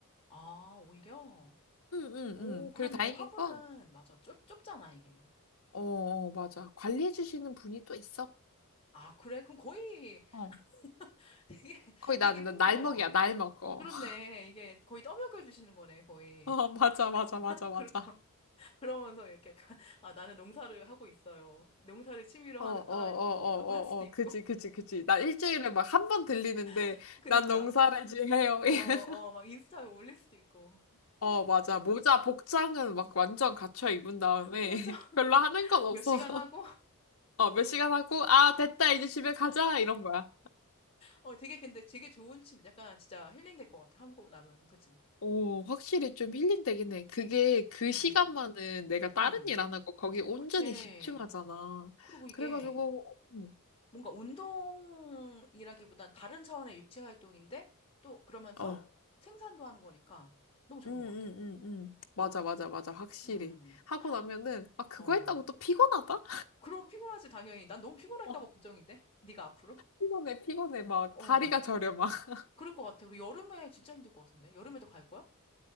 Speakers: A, on the left; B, on the left.
A: 아, 오히려?
B: 응, 응,
A: 오,
B: 응.
A: 그랬네.
B: 그리고 다행인
A: 화분은,
B: 건,
A: 맞아. 좁, 좁잖아, 이게.
B: 어, 어, 맞아. 관리해주시는 분이 또 있어.
A: 아, 그래? 그럼 거의
B: 어.
A: <laughs> 되게,
B: 거의
A: 되게
B: 난,
A: 풍경,
B: 난 날먹이야,
A: 어.
B: 날먹. 어.
A: 그렇네.
B: <laughs>
A: 이게 거의 떠먹여 주시는 거네, 거의.
B: 어, 맞아, 맞아, 맞아, 맞아.
A: 그리고, <laughs> 그러면서 이렇게 약간, 아, 나는 농사를 하고 있어요. 농사를 취미로
B: 어,
A: 하는
B: 어, 어,
A: 사람입니다.
B: 어,
A: 라고 할 수도
B: 어,
A: 있고.
B: 어. 그지, 그지, 그지. 나 일주일에 막 한 번 들리는데,
A: <laughs> 그니까,
B: 난 농사를 지어요. <laughs>
A: 어, 어, 막 인스타에 올릴 수도 있고.
B: 어, 맞아. 모자, 복장은 막 완전 갖춰 입은 다음에,
A: 맞아.
B: <laughs> 별로 하는
A: <laughs>
B: 건 없어.
A: 몇 시간
B: <laughs>
A: 하고,
B: 어, 몇 시간 하고, 아, 됐다, 이제 집에 가자, 이런 거야.
A: 어, 되게 근데 되게 좋은 취미. 약간 진짜 힐링 될 것 같아. 한국 나면. 그치?
B: 오, 확실히 좀 힐링되긴 해. 그게 그
A: 음,
B: 시간만은 내가 다른
A: 음.
B: 일 안 하고 거기 온전히
A: 그치.
B: 집중하잖아.
A: 그리고 이게
B: 그래가지고, 음,
A: 뭔가 운동이라기보단 다른 차원의 육체 활동인데 또 그러면서
B: 어,
A: 생산도 하는 거니까 너무 좋은
B: 응응응응,
A: 것 같아.
B: 맞아, 맞아, 맞아. 확실히.
A: 음,
B: 하고 나면은, 아, 그거
A: 어.
B: 했다고 또 피곤하다?
A: 그럼 피곤하지, 당연히. 난 너무 피곤할까
B: 어,
A: 봐 걱정인데? 네가 앞으로?
B: 피곤해, 피곤해. 막
A: 어.
B: 다리가 저려, 막. <laughs>
A: 그럴 것 같아. 우리 여름에 진짜 힘들 것 같은데? 여름에도 갈 거야?